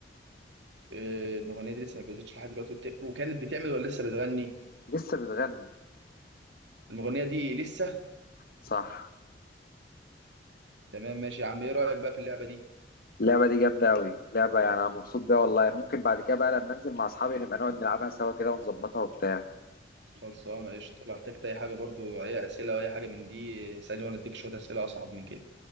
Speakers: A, on the right; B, on the left.
A: آه، المغنيه دي لسه ما اتجوزتش لحد دلوقتي وبت... وكانت بتعمل ولا لسه بتغني
B: لسه بتغني
A: المغنيه دي لسه
B: صح
A: تمام ماشي يا عم ايه رايك بقى في اللعبه دي
B: اللعبة دي جامدة قوي لعبة يعني أنا مبسوط بيها والله ممكن بعد كده بقى لما أنزل مع أصحابي نبقى نقعد نلعبها سوا كده ونظبطها وبتاع
A: خلصانه قشطه لو احتجت اي حاجه برضو اي اسئله او اي حاجه من دي آه، اسالني وانا اديك شويه اسئله اصعب من كده